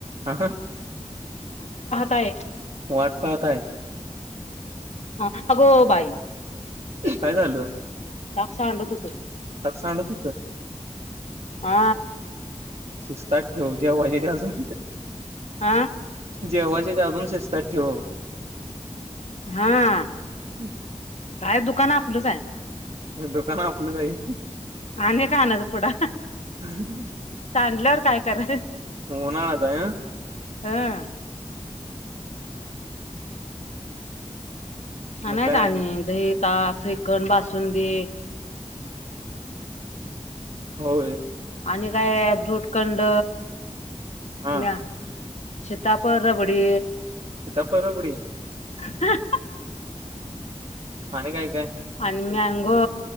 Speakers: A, on the right (about 60°); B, on the left (about 70°).
A: ह
B: आहे
A: वाटफळताय
B: हा अगो बाई
A: काय झालं
B: दाग सांडवतो तू
A: त सांडत
B: हा
A: शिस्तात ठेव जेव पाहिजे ते अजून
B: आा <unintelligible>
A: जेवा्हायचे ते अजून शेजतात ठेवाव
B: हा
A: अच्छा
B: काय दुकान आपलंच आहे
A: दुकान आपलं जाईल
B: आणि कानत पुढं
A: ह
B: सांल्यावर काय कराय <unintelligible>
A: होनलाता आहे
B: हा हा
A: मग
B: नाहीच
A: काय आणि
B: दही ताक श्रीकण बासून दे
A: होय
B: आणि काय भूटखंड
A: हा
B: म सीताप र बडी
A: तपरपडी <unintelligible>
B: हा <unintelligible>
A: आणि काय काय
B: आन मँगो